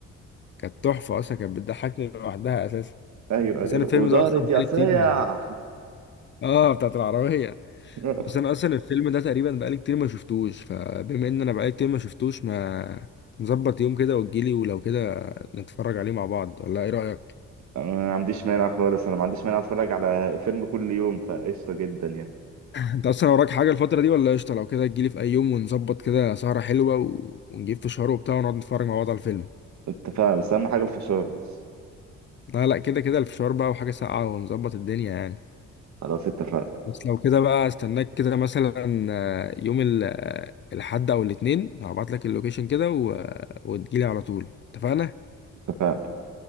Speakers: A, on the left; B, on the right.
A: كانت تحفه اصلا كانت بتضحكني لوحدها اساسا
B: ايوه ايوه
A: بس انا الفيلم
B: ودارت
A: ده اصلا بقالي
B: يا سيع
A: كتير من اه بتاعت العربيه
B: <laughs>
A: بس انا اصلا الفيلم ده تقريبا بقالي كتير ما شفتوش فبما ان انا بقالي كتير ما شفتوش ما نظبط يوم كده وتجيلي ولو كده نتفرج عليه مع بعض ولا ايه رايك
B: انا ما عنديش مانع خالص انا ما عنديش مانع اتفرج على فيلم كل يوم فقشطه جدا يعني
A: انت اصلا وراك حاجه الفتره دي ولا قشطه لو كده تجيلي في اي يوم ونظبط كده سهره حلوه و... ونجيب فشار وبتاع ونقعد نتفرج مع بعض على الفيلم
B: اتفقنا بس اهم حاجه الفشار بس
A: لا لا كده كده الفشار بقى وحاجه ساقعه ونظبط الدنيا يعني
B: خلاص اتفقنا
A: بس لو كده بقى استناك كده مثلا آه، يوم ال- آه، الاحد او الاثنين هبعت لك اللوكيشن كده و... وتجيلي على طول اتفقنا
B: اتفقنا